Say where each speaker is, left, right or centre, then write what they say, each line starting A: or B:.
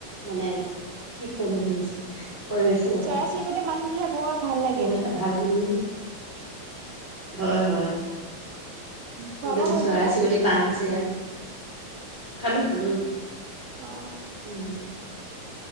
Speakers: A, on the left; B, on the right.
A: মানে কি কম, পৰিৱেশটোৰ কথা
B: চৰাই চিৰিকটি মাত শুনিলে বৰ ভাল লাগে।
A: বহুত এটা ভাল ভূমিছ হয় হয়।
B: খোৱা
A: একদম
B: বোৱা কৰিলে
A: চৰাই
B: নে?
A: চিৰিকতি বাঁহ আছে ইয়াত খালো খালো।
B: অ
A: উম